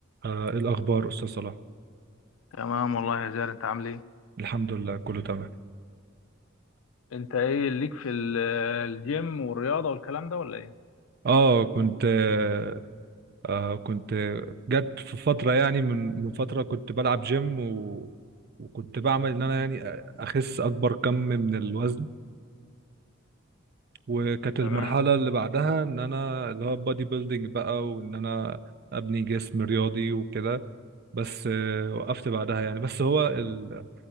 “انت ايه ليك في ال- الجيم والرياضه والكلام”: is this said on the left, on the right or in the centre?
Left